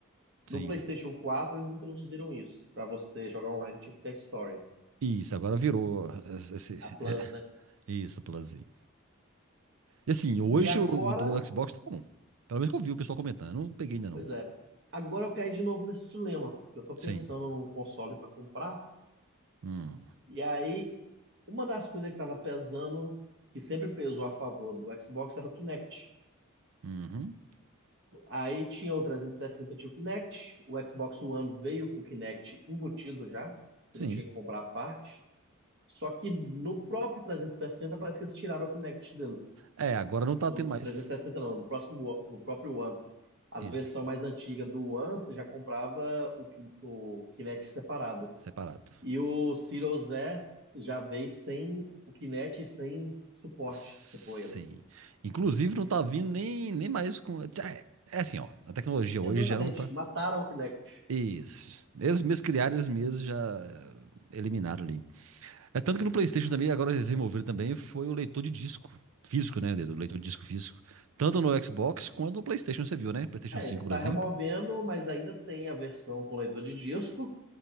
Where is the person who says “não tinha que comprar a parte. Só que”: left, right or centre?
Right